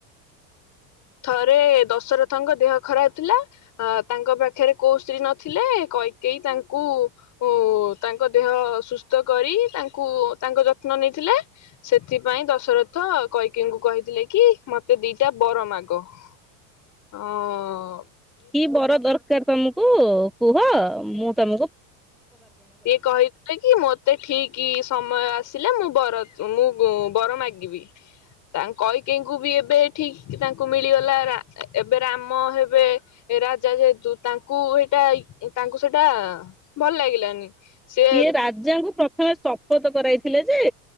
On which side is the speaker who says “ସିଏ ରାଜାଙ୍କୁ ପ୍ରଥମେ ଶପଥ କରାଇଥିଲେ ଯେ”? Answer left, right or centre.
Centre